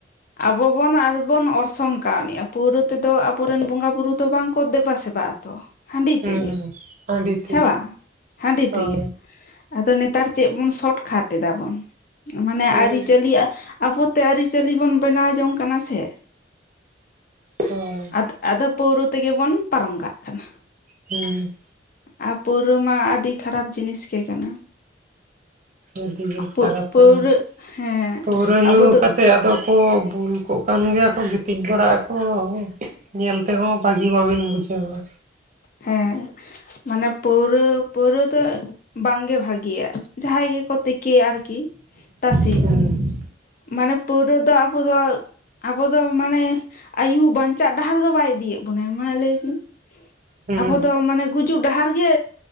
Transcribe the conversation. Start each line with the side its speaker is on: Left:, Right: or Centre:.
Left: ᱟᱵᱚ ᱵᱚᱱ ᱵᱚᱱ ᱚᱨᱥᱚᱝ ᱠᱟᱣᱱᱤᱜᱟ ᱯᱳᱣᱨᱟᱹ ᱛᱮᱫᱚ ᱟᱵᱚᱨᱮᱱ ᱵᱚᱸᱜᱟ ᱵᱩᱨᱩ ᱫᱚ ᱵᱟᱝᱠᱚ ᱫᱮᱵᱟ ᱥᱮᱵᱟᱜᱼᱟ ᱛᱚ ᱦᱟᱺᱰᱤ
Right: ᱦᱩᱸ
Left: ᱛᱮᱜᱮ
Right: ᱦᱟᱺᱰᱤ ᱛᱮ
Left: ᱦᱮᱣᱟ ᱦᱟᱺᱰᱤ
Right: ᱦᱳᱭ
Left: ᱛᱮᱜᱮ ᱟᱫᱚ ᱱᱮᱛᱟᱨ ᱪᱮᱫ ᱵᱚᱱ ᱥᱚᱴᱠᱟᱴ ᱮᱫᱟᱵᱚᱱ ᱢᱟᱱᱮ
Right: ᱦᱳᱭ
Left: ᱟᱹᱨᱤ ᱪᱟᱞᱤᱭᱟᱜ ᱟᱵᱚᱛᱮ ᱟᱹᱨᱤᱪᱟᱹᱞᱤ ᱵᱚᱱ ᱵᱮᱱᱟᱣ ᱡᱚᱝ ᱠᱟᱱᱟ ᱥᱮ
Right: ᱪᱟᱞ <unintelligible>
Left: ᱟᱫ ᱟᱫ ᱯᱟᱹᱣᱨᱟᱹ ᱛᱮᱜᱮ ᱵᱚᱱ ᱯᱟᱨᱚᱢ ᱠᱟᱜ ᱠᱟᱱᱟ
Right: ᱦᱩᱸ
Left: ᱟᱨ ᱯᱳᱣᱨᱳ ᱢᱟ ᱟᱹᱰᱤ ᱠᱷᱟᱨᱟᱯ ᱡᱤᱱᱤᱥ ᱜᱮ ᱠᱟᱱᱟ
Right: ᱟᱹᱰᱤ ᱜᱮ
Left: ᱯᱟᱹ
Right: ᱠᱷᱟᱨᱟᱯ
Left: ᱯᱟᱹᱣᱨᱟᱹ
Right: ᱟᱱᱟ
Left: ᱦᱮᱸ
Right: ᱯᱟᱹᱣᱨᱟᱹ ᱧᱩ
Left: ᱟᱵᱚ ᱫᱚ
Right: ᱠᱟᱫ ᱛᱮ ᱟᱫᱚ ᱠᱚ ᱵᱩᱞ ᱠᱚᱜ ᱠᱟᱱ ᱜᱮᱭᱟ ᱠᱚ ᱜᱤᱛᱤᱡ ᱵᱟᱲᱟᱜ ᱟᱠᱚ ᱧᱮᱞ ᱛᱮᱦᱚᱸ ᱵᱷᱟᱹᱜᱤ ᱵᱟᱵᱤᱱ ᱵᱩᱡᱷᱟᱹᱣᱟ
Left: ᱦᱮᱸᱻ᱾ ᱢᱟᱱᱮ ᱯᱟᱹᱣᱨᱟᱹ ᱯᱟᱹᱣᱨᱟᱹ ᱫᱚ ᱵᱟᱝᱜᱮ ᱵᱷᱟᱜᱤᱭᱟ ᱡᱟᱦᱟᱸᱭ ᱜᱮᱠᱚ ᱠᱮ ᱟᱨᱠᱤ ᱛᱟᱥᱮ
Right: ᱦᱩᱸ
Left: ᱢᱟᱱᱮ ᱯᱳᱣᱨᱟᱹ ᱫᱚ ᱟᱵᱚ ᱫᱚ ᱟᱵᱚ ᱫᱚ ᱢᱟᱱᱮ ᱟᱭᱩ ᱵᱟᱧᱪᱟᱜ ᱰᱟᱦᱟᱨ ᱫᱚ ᱵᱟᱭ ᱤᱫᱤᱭᱮᱫ ᱵᱚᱱᱟᱭ ᱢᱟ ᱞᱟᱹᱭ ᱵᱤᱱ
Right: ᱦᱩᱸ
Left: ᱟᱵᱚ ᱫᱚ ᱢᱟᱱᱮ ᱜᱩᱡᱩᱜ ᱰᱟᱦᱟᱨ ᱜᱮ